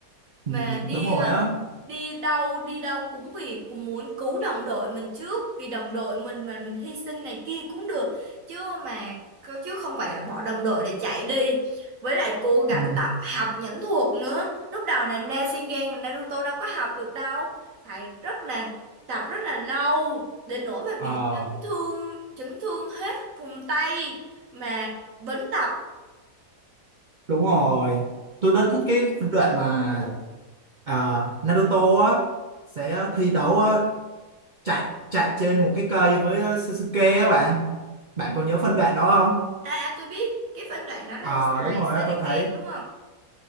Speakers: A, on the right; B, on the right.
A: mà
B: Ừ,
A: đi
B: đúng rồi
A: ờ,
B: á
A: đi đâu đi đâu cũng vì cũng muốn cứu đồng đội mình trước vì đồng đội mình mà mình hy sinh này kia cũng được chứ mà chứ không phải là bỏ đồng đội để chạy đi với lại cố gắng
B: ừ.
A: tập học nhẫn thuật nữa lúc đầu là Rasengan Naruto đâu có học được đâu phải rất là tập rất là lâu đến nỗi mà
B: Ờ,
A: bị chấn thương chấn thương hết vùng tay mà vẫn tập
B: Đúng rồi, tôi rất thích cái phân đoạn mà à, Naruto á sẽ thi đấu á, chạy chạy trên một cái cây với ờ, Sasuke á bạn. Bạn có nhớ phân đoạn đó không?
A: à, à tôi biết cái phân đoạn đó là
B: Ờ
A: xài
B: đúng rồi,
A: Shuriken
B: á, tôi thấy
A: đúng không